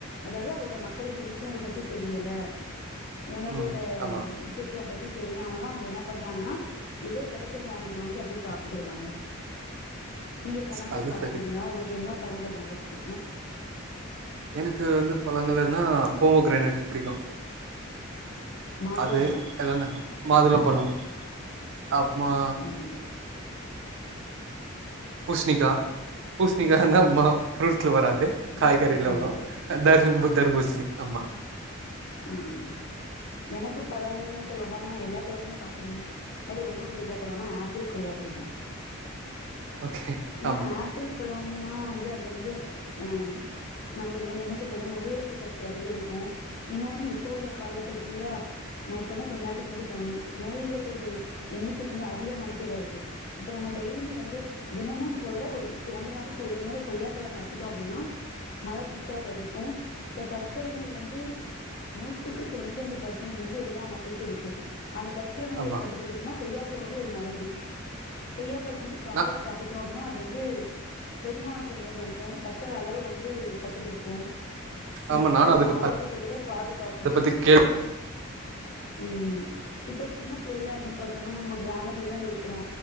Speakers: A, on the left (about 45°); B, on the right (about 60°).
A: அதாவது அதோடைய மக் மக்களுக்கு விழிப்புணர்வு பத்தி தெரியல உணவோட
B: ம் ஆமா
A: முக்கியத்துவம் பத்தி தெரியாமதா அவங்க என்ன பண்றாங்கனா ஏதோ கெடைக்கறத வாங்கி வாங்கி அப்டியே சாப்ட்டுகிறதாங்க நீங்க பழங்கள்
B: ஸ்- அது
A: சாப்ட்றீங்களா
B: சரி
A: உங்ளுக்கு என்ன பழங்கள் ரொம்ப பிடிக்கு
B: எனக்கு வந்து பழங்கள்ன்னா போமோ கிரேனேட் புடிக்கு
A: மாதுளம்பழம்
B: அது எல்லன மாதுளப்பழம் அப்புமா
A: ம்
B: பூஷ்ணிகா பூஷ்ணிகானா ஃப்ரூட்ஸ்ல வராது
A: தர்பூசணி
B: காய்கறில வரு தர்புத் தர்பூஸ்னி ஆமா
A: ஆஹ எனக்கு பழங்கள்னு சொல்ல போனா நா எல்லா பழமுமே சாப்பிடுவே அதுல ரொம்ப பிடிச்ச பழம்னா ஆப்பிள் கொய்யா புடிக்கு
B: ஓகே
A: ஏனா
B: ஆமா
A: ஆப்பிள் பழம்னா வந்து அதுல வந்து அ நம்மளுக்கு வந்து என்ன சொல்றதுன்னா உயிர்ப்பு சக்தி அதிகரிக்கு இன்னொன்னு இப்ப உள்ள காலக்கட்டத்துல நா இப்பதா கொஞ்சொ நேரத்துக்கு முன்னாடி சொன்னே நோய்களுடைய எண்ணிக்கை வந்து அதிகமாயிட்டே வருது இப்ப நம்ம டெய்லி வந்து தினமு சில விட ஒரு இரண்டு நாளைக்கு ஒரு மொற கொய்யாப்பழொ சாப்பிட்டோம அப்டின்னா மலர் சிக்கல தடுக்கு இப்ப சர்க்கரை நோய் வந்து நூத்துக்கு தொண்ணுத்தி அஞ்சு பர்சன்டேஜ் வந்து எல்லா மக்களுக்கு இருக்கு அந்த சர்க சர்க்கர நோயை
B: ஆமா
A: கட்டுப்படுத்தனுனா கொய்யாப்பழொ வந்து ஒரு மருந்து கொய்யாப்பழத்து வந்து காயா
B: நா
A: சா ன்னா அது வந்து செரிமானத்த மேம்படுத்து சர்கக்கர அளவு வந்து கட்டுப்படுத்து நம்ம
B: ஆமா
A: சரும
B: நானு அதுக்கு
A: ஆரோக்கியத்த கூட பாதுகாக்கு
B: அத பத்தி கேள்
A: ம் இப்போ சின்ன பிள்ளைல அப்டின்னு பாத்தோனா நம்ம கிராமத்துலதான இருக்குறோ